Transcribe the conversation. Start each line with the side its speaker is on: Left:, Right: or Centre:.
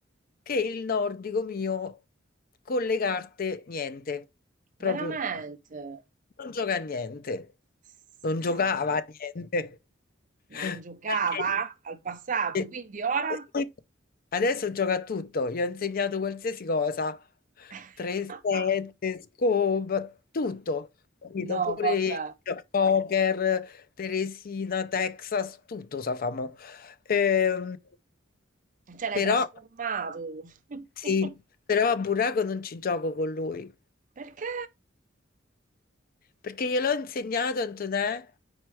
Left: che il nordico mio con le carte niente, proprio.
Right: veramente?
Left: Non gioca a niente,
Right: S-
Left: non
Right: No,
Left: giocava
Right: vabbè.
Left: a niente. Perché
Right: Non giocava al passato,
Left: e-
Right: quindi ora?
Left: e- poi adesso gioca a tutto, gli ho insegnato qualsiasi cosa,
Right: <laughs>
Left: 3-7, scope, tutto, capito?
Right: No,
Left: Pure
Right: vabbè.
Left: il poker, Teresina, Texas, tutto sa fa mo. Ehm,
Right: Cioè, l'hai
Left: però,
Right: trasformato. <laughs>
Left: sì, però a Buraco non ci gioco con lui.
Right: Perché?
Left: Perché gliel'ho insegnato, Antonè,